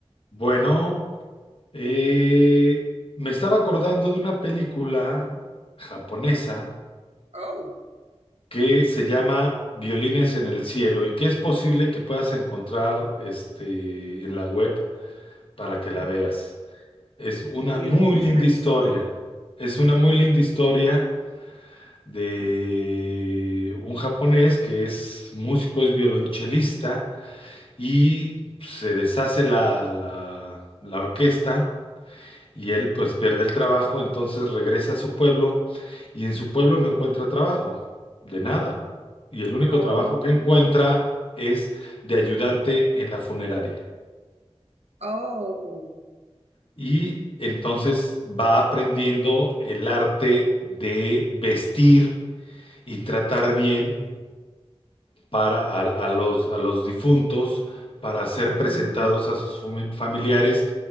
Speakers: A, on the left; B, on the right.
A: Bueno, eh, me estaba acordando de una película japonesa
B: Oh,
A: que se llama Violines en el cielo y que es posible que puedas encontrar este, en la web para
B: ok.
A: que la veas. Es una
B: Violines
A: muy linda
B: en el
A: historia.
B: cielo.
A: Es una muy linda historia de un japonés que es músico, es violonchelista y se deshace la, la la orquesta Y él pues pierde el trabajo, entonces regresa a su pueblo y en su pueblo no encuentra trabajo, de nada. Y el único
B: Oh,
A: trabajo que encuentra es de ayudante en la funeraria.
B: oh.
A: Y entonces va aprendiendo el arte de vestir y tratar bien para a, a los, a los difuntos para ser
B: Ujú,
A: presentados a sus fami- familiares.